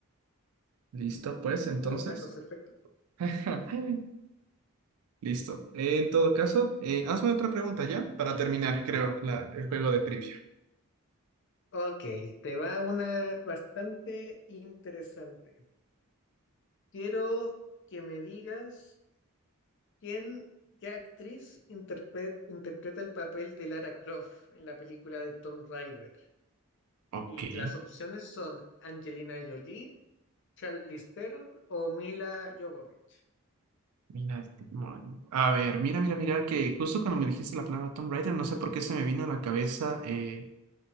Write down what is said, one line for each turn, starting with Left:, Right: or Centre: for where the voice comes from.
Right: Listo, pues entonces.
Left: muy buenos efectos.
Right: <laughs> Listo. Eh, en todo caso, eh, hazme otra pregunta ya para terminar, creo, la- el juego de trivia.
Left: Ok, te va una bastante interesante. Quiero que me digas ¿Quién, qué actriz interpre- interpreta el papel de Lara Croft en la película de Tomb Raider?
Right: Ok.
Left: Y las opciones son Angelina Jolie, Charlize Theron o Mila Jovovich.
Right: Mira, mon- a ver, mira, mira, mira, que justo cuando me dijiste la palabra Tomb Raider, no sé por qué se me vino a la cabeza eh,